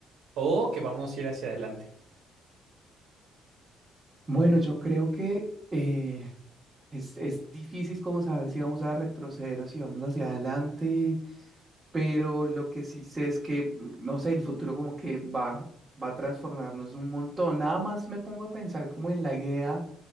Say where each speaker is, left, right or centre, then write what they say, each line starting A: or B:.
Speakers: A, on the right; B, on the right.
A: o que vamos a ir hacia adelante?
B: Bueno, yo creo que eh, es, es difícil como saber si vamos a retroceder o si vamos hacia adelante, pero lo que sí sé es que, mm, no sé, el futuro como que va, va a transformarnos un montón. Nada más me pongo a pensar como en la idea